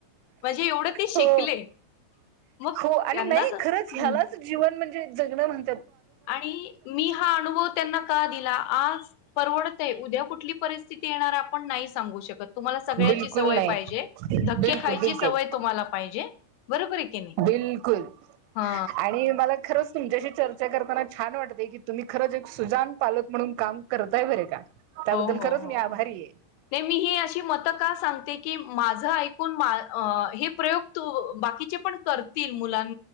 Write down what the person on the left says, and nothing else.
म्हणजे एवढं ते शिकले.
मग
त्यांनाच
हम्म
आणि मी हा अनुभव त्यांना का दिला आज परवडतय उद्या कुठली परिस्थिती येणार आपण नाही सांगू शकत. तुम्हाला सगळ्याची
सवय
पाहिजे धक्के
खायची
सवय तुम्हाला पाहिजे. <unintelligible> नाही
हा
हो हो
हो
ते मी ही अशी मतं का सांगते, की माझं ऐकून मा अ हे प्रयोग तू बाकीचे पण करतील मुलां